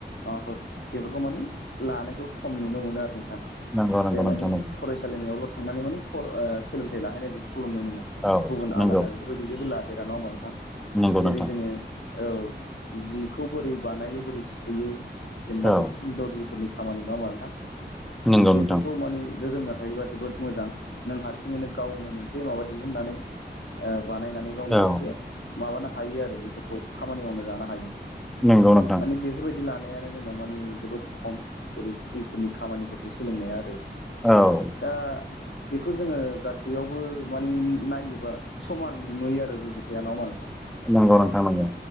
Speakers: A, on the left; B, in the centre.
A: माबाफोर बेफोरखौ मानि लानायखौ खम नुनो मोनो आरो नोंथां
B: नंगौ नंगौ
A: जाय मानि
B: नोंथां नंगौ
A: फरायसालिमायावल' थांनानै माने फर ओ सोलोंथाइ लाहैनाय बेफोरखौल' नुनो मोनो
B: औ
A: गुबुन
B: नंगौ
A: आलादा बेफोरबायदि जेबो लादेरा नङा होमबा नोंथां
B: नंगौ
A: जेरै
B: नोंथां
A: जोङो औ जिखौ बोरै बानायो बोरै सुयो जेनेबा
B: औ
A: बेफोर दरजि फोरनि खामानि नङा होमबा नोंथां
B: नंगौ
A: बेफोरखौ
B: नोंथां
A: माने रोंना थायोबा जोबोद मोजां नों हारसिंङैनो गावनो मोनसे माबा दिहुननानै ओ बानायनानै गावनो
B: औ
A: मोनसे माबानो हायो आरो बेफोरखौ खामानि मावनो जानो हायो
B: नंगौ नोंथां
A: माने बेफोरबायदि लानायानो जोंनाव मानि जोबोद खम जेरै स्किल्सफोरनि खामानिफोरखौ सोलोंनाया आरो
B: औ
A: दा बेखौ जोङो गासैयावबो मानि नायोबा समान नुयो आरो रुजुथ या नङा होनबा नोंथां
B: नंगौ नोंथां नोंगौ